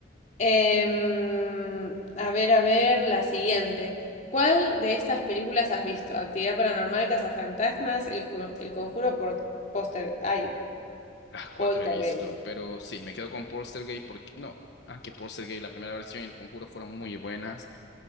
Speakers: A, on the left; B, on the left.
A: Em, a ver, a ver, la siguiente. ¿Cuál de estas películas has visto? Actividad Paranormal, Cazafantasmas, El, Ju- El Conjuro por Póster. Ay,
B: Las cuatro
A: Poltergeist.
B: he visto, pero sí, me quedo con Poltergeist porque no, aunque Poltergeist, la primera versión y El Conjuro fueron muy buenas.